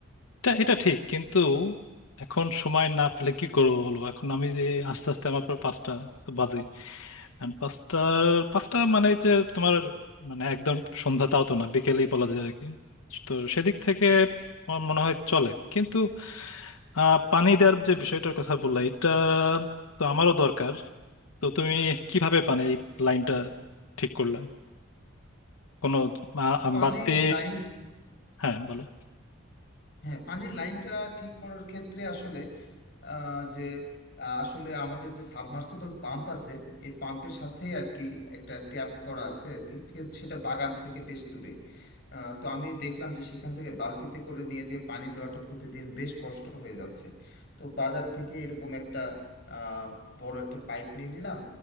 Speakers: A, on the left; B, on the left.
A: এটা এটা ঠিক কিন্তু এখন সময় না পেলে কি করবো বলো এখন আমি যে আস্তে আস্তে আমার প্রায় পাঁচটা তো বাজেই And পাঁচটার পাঁচটা মানে যে তোমার মানে একদম সন্ধ্যা তাও তো না বিকেলেই বলা যায় আর কি তো সেদিক থেকে আমার মনে হয় চলে কিন্তু আহ, পানি দেওয়ার যে বিষয়টার কথা বললা এটা তো আমারও দরকার তো তুমি কিভাবে পানি এই লাইনটা ঠিক করলে কোনো আ- আ-
B: পানির
A: বাড়তি
B: লাইন
A: হ্যাঁ বলো
B: হ্যাঁ পানির লাইনটা ঠিক করার ক্ষেত্রে আসলে আহ, যে আহ, আসলে আমাদের যে সাবমার্সিবল পাম্প আছে এই পাম্পের সাথেই আর কি একটা ট্যাপ করা আছে আর কি সে- সেটা বাগান থেকে বেশ দূরে আহ, তো আমি দেখলাম যে সেখান থেকে বালতিতে করে নিয়ে যে পানি দেওয়াটা প্রতিদিন বেশ কষ্ট হয়ে যাচ্ছে তো বাজার থেকে এরকম একটা আহ, বড় একটা পাইপ নিয়ে নিলাম